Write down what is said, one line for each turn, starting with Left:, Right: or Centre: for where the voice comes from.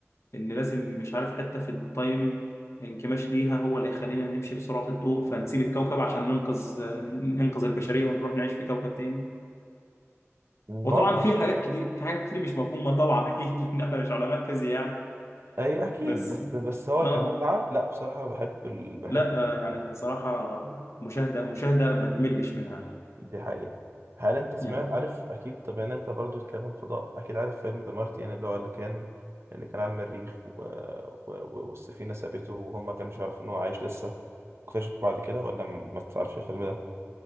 Left: ان لازم مش عارف حته في التايم انكماش ليها هو اللي هيخلينا نمشي بسرعه الضوء فنسيب الكوكب عشان ننقذ ننقذ البشريه ونروح نعيش في كوكب تاني
Right: هو
Left: وطبعا في حاجات كتير في حاجات كتير مش مفهومه طبعا اكيد <laughs> لان احنا مش علماء فيزياء يعني
Right: اي اكيد
Left: بس
Right: بس بس هو
Left: اه
Right: كمتعه لا بصراحه بحب ال... بحب
Left: لا
Right: الفضاء.
Left: آه، يعني صراحه مشاهده مشاهده ما تملش منها
Right: دي حقيقه هل انت سمعت
Left: يعني
Right: عارف اكيد طب يعني انت برضو بتتكلم فضاء اكيد عارف فيلم ذا مارتيان اللي هو اللي كان اللي كان على المريخ و... و... و- والسفينه سابته وهم ما كانوش يعرفوا ان هو عايش لسه اكتشفوا بعد كده ولا م- ما تعرفش الفيلم ده